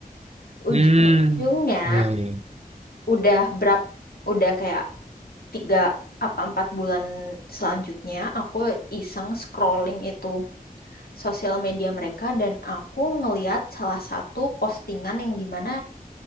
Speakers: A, on the left (about 85°); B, on the right (about 45°).
A: Ujung-ujungnya
B: Hmm. Iya, iya.
A: udah berap, udah kayak tiga apa empat bulan selanjutnya aku iseng scrolling itu sosial media mereka dan aku ngeliat salah satu postingan yang dimana